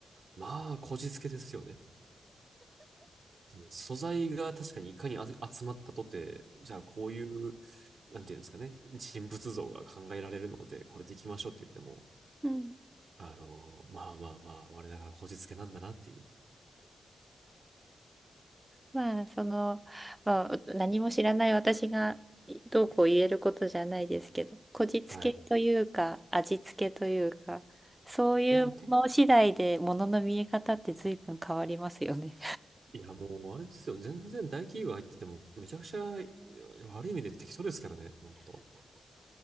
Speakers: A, on the right (about 70°); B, on the right (about 15°).
A: まあ、こじつけですよね。その素材が確かにいかにあ集まったとて、じゃあこういう、なんていうんですかね、人物像が考えられるので、これでいきましょうって言っても、
B: うん
A: あの、まあまあまあ、我ながらこじつけなんだなっていう。
B: まあ、その、まあ、何も知らない私がどうこう言えることじゃないですけど、こじつけというか、
A: はい。
B: 味付けというか、そういうもの次第でものの見え方って随分変わりますよね。
A: いや、結いや、もう、あれですよ。全然大企業入ってても、めちゃくちゃいや悪い意味で適当ですからね、本当。